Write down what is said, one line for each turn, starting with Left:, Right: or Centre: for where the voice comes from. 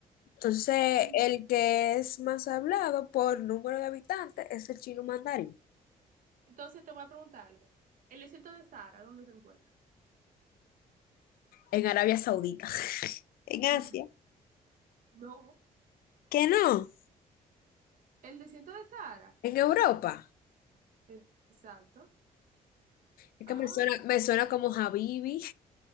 Left: Entonces,
Right: <laughs>
Left: el que es más hablado por número de habitantes es el chino mandarín
Right: Entonces te voy a preguntar algo. ¿El desierto de Sahara, dónde se encuentra?
Left: en Arabia Saudita. <laughs> En Asia.
Right: <laughs> No.
Left: ¿Que no?
Right: ¿El desierto de Sahara?
Left: ¿En Europa?
Right: E- Exacto.
Left: Es
Right: Ah.
Left: que me suena, me suena como Habibi.